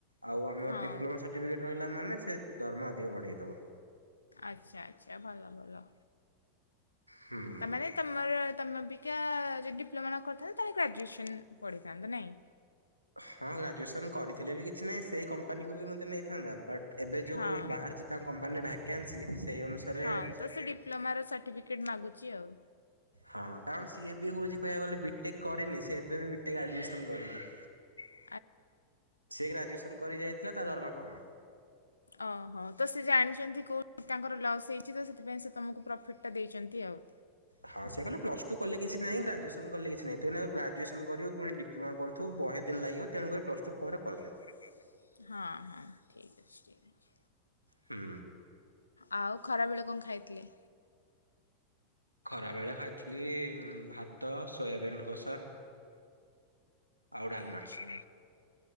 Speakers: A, on the right; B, on the left.
A: ଆଉ ଆମର
B: ହଁ
A: ଡିପ୍ଲୋମା ସାର୍ଟିଫିକେଟ୍ ରହିଲା ମାନେ ସେ ଦରମା ଅଧିକ ବଢ଼େଇ ଦେବ।
B: ଆଚ୍ଛା ଆଚ୍ଛା ଭଲ ଭଲ।
A: ହୁଁ।
B: ତାମାନେ ତମର ତୁମେ ଅବିକା ଯଦି ଡିପ୍ଲୋମା କରିଥାନ୍ତେ ତାହେଲେ ଗ୍ରାଜୁଏସନ୍ ପଢ଼ିଥାନ୍ତା ନାହିଁ।
A: ହଁ ଗ୍ରାଜୁଏସନ୍ କରିଥିଲେ ବି କିଛି ନାହିଁ ସେଇ କମ୍ପାନୀକୁ ବି ମୋତେ ନେଇଥାନ୍ତା ବଟ୍ ଏବେ ଯେଉ
B: ହଁ
A: ବାହାରେ ତାଙ୍କ କମ୍ପାନୀରେ ଭ୍ୟାକେନ୍ସି ସେଇ ଅନୁସାରେ
B: ହଁ ତ ସେ ଡିପ୍ଲୋମାର ସାର୍ଟିଫିକେଟ୍ ମାଗୁଛି ଆଉ।
A: ହଁ କାରଣ ସିଏ ବି ହଉଛି କହିବାକୁ ଗଲେ ବିଟେକ୍ କରିନି ସ ଏବେ ବି ବିଟେ ଆଡମିସନ କରିଛି।
B: ହ।
A: ସେ ଗ୍ରାଜୁଏସନ କରିକି ଯାଇଥିଲା ତା ଦରମା କମ।
B: ଓହୋ ତ ସେ ଜାଣିଛନ୍ତି କୋଉଠି ତାଙ୍କର ଲ ସେଇ। କିଚିତ ତ ସେଥିପାଇଁ ସେ ତୁମକୁ ପ୍ରଫିଟ୍ ଟା ଦେଇଛନ୍ତି ଆଉ।
A: ହଁ ସେ କହେ ପ୍ଲସ୍ ଟୁ କଲେ କିଛି ନାହିଁ ଗ୍ରଜଏସନ କଲେ କିଛିହିଁ ଗ୍ରାଜୁଏସନ କରିବୁ ଫୁଣି ଡି ତମାଣା କରୁ ବହେ ଦିନ ଲାଗିବ ତେଣୁକରି ପ୍ଲସ୍ ଟୁ ପରେ କରିଦେ।
B: <unintelligible> ହଁ ହଁ ଠିକ୍ ଅଛି ଠିକ୍ ଅଛି।
A: ହୁଁ।
B: ଆଉ ଖରାବେଳେ କଣ ଖାଇଥିଲେ?
A: ଖରା ବେଳେ ଖାଇଥିଲି ଉଁ ଭାତ ସୋୟାବିନ୍ କଷା। ଆଉ ଡାଲମା।
B: ଆଚ୍ଛା